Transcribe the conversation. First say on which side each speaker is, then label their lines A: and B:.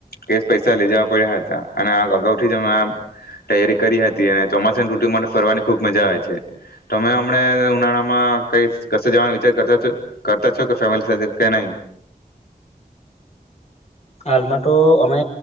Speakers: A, on the left (about 80°); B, on the left (about 45°).
A: કેશ પૈસા લઈ જવા પડ્યા હતાં અને આ અગાઉથી જ અમે આમ તૈયારી કરી હતી અને ચોમાસાની ત્રૃતુ માટે ફરવાની ખુબ મજા આવે છે તમે હમણે ઉનાળામાં કઈ કશે જવાનો વિચાર કરતા છો કરતા છો કે ફેમિલી સાથે કે નહીં?
B: હાલમાં તો અમે